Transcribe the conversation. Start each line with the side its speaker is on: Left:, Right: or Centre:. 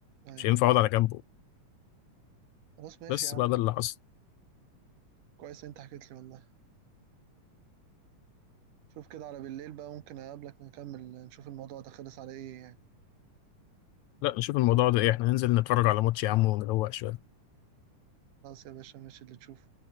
Right: ايوه
Left: مش هينفع أقعد على جنبه
Right: خلاص ماشي
Left: بس
Right: يا عم
Left: بقى ده اللي حصل
Right: كويس انت حكيت لي والله شوف كده على بالليل بقى ممكن اقابلك نكمل نشوف الموضوع ده خلص على ايه يعني
Left: لا نشوف الموضوع ده إيه إحنا ننزل نتفرج على ماتش يا عم ونروق شوية
Right: خلاص يا باشا ماشي اللي تشوفه